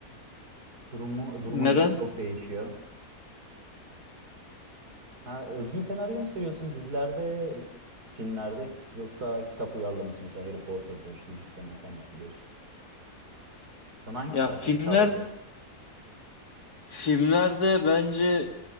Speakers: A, on the right; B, on the left.
A: Durumu
B: Neden?
A: duruma göre çok değişiyor. Ha, özgün senaryo mu seviyorsun dizilerde, filmlerde yoksa kitap uyarlaması mesela Harry Potter'dır, Yüzüklerin Efendisi'dir. Sana hangisi
B: Ya
A: daha
B: filmler
A: çok hitap ediyor?
B: filmlerde bence